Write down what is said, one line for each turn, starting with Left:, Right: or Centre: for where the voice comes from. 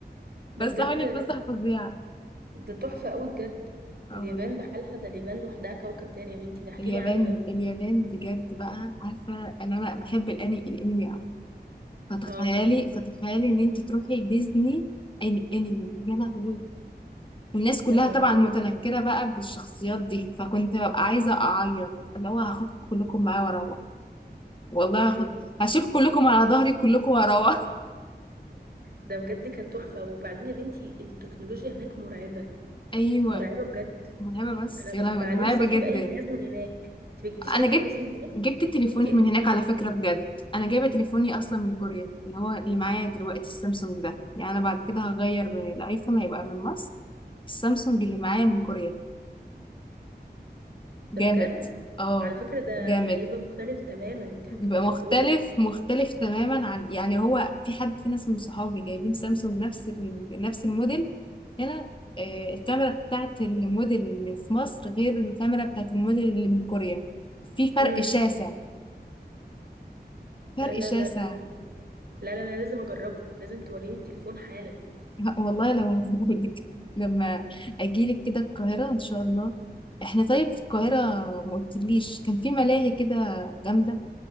Right: ده
Left: بس
Right: بجد
Left: حالي فسحة فظيعة
Right: ده تحفة قوي بجد
Left: اه
Right: اليابان
Left: والله.
Right: بحالها ده اليابان لوحدها كوكب تاني يا بنتي ده احكيلي
Left: اليابان
Right: عنه ده
Left: اليابان بجد بقى عارفة ان انا بحب الاني الانمي أوي. فتخيلي
Right: اه
Left: فتخيلي ان انت تروحي ديزني اني انمي يا لهوي والناس كلها
Right: يا نهار
Left: طبعا
Right: ابيض
Left: متنكرة بقى بالشخصيات دي فكنت ببقى عايزة اعيط اللي هو هاخد كلكم معايا واروح والله
Right: امم
Left: هاخد هشيل كلكم على ظهري كلكم واروح
Right: ده بجد كان تحفة وبعدين يا بنتي التكنولوجيا هناك مرعبة
Left: <laughs> ايوه
Right: مرعبة بجد
Left: مرعبة بس
Right: انا
Left: يا
Right: ببقى
Left: لهوي مرعبة
Right: نفسي اجيب
Left: جدا
Right: اي جهاز من هناك انت ما جبتيش
Left: انا
Right: اي
Left: جبت
Right: اجهزة من هناك
Left: جبت تليفوني
Right: جبتي
Left: من
Right: ايه
Left: هناك على فكرة بجد انا جايبة تليفوني اصلا من كوريا اللي هو اللي معايا دلوقتي السامسونج ده يعني انا بعد كده هغير الايفون هيبقى من مصر السامسونج اللي معايا من كوريا جامد
Right: ده بجد
Left: اه
Right: على فكرة ده
Left: جامد
Right: ده هيبقى مختلف تماما انت هتبقى
Left: بيبقى مختلف
Right: تجربة
Left: مختلف تماما عن يعني هو في حد في ناس من صحابي جايبين سامسونج نفس ال... نفس الموديل هنا آه، الكاميرا بتاعت الموديل اللي في مصر غير الكاميرا بتاعت الموديل اللي من كوريا في فرق
Right: امم
Left: شاسع فرق
Right: لا لا
Left: شاسع
Right: لا لا لا لا لا لا لازم اجربه لازم توريني التليفون حالا
Left: والله لو موجود <laughs> لما اجيلك كده القاهرة ان شاء الله احنا طيب في القاهرة ما قلتليش كان في ملاهي كده جامدة